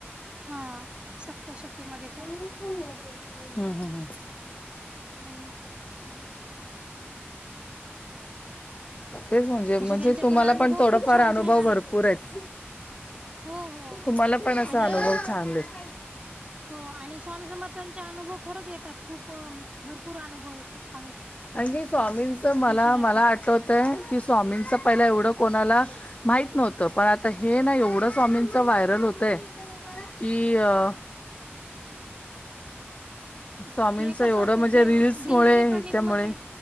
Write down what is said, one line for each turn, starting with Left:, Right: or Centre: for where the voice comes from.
Right: हां सप्तशतीमध्ये पण
Left: हं हं हं
Right: हम्म
Left: <inaudible> तेच म्हणजे म्हणजे
Right: असे त्यांचे
Left: तुम्हाला
Right: अनुभव
Left: पण थोडफार
Right: खूप छान
Left: अनुभव
Right: छान
Left: भरपूर आहेत.
Right: हो हो
Left: तुम्हाला पण असा
Right: आणि
Left: अनुभव छान येत.
Right: हो आणि स्वामी समर्थांचे अनुभव खरंच येतात खूप भरपूर अनुभव येत असो.
Left: आणखी स्वामींचं मला
Right: शरद
Left: मला आठवतयं की स्वामींचं पहिलं एवढं कोणाला माहीत नव्हतं पण आता हे ना एवढं स्वामींचं व्हायरल होतय. की अहं स्वामींचं
Right: हे कसं
Left: एवढं
Right: होतं
Left: म्हणजे
Right: दे
Left: रील्समुळे
Right: दिंडोरी
Left: ह्याच्यामुळे
Right: प्रणितमध्ये